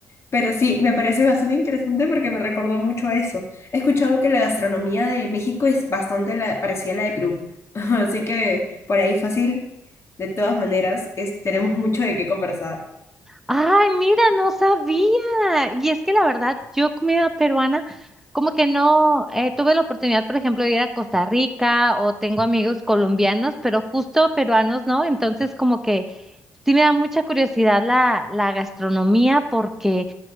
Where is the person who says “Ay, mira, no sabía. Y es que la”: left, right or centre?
Centre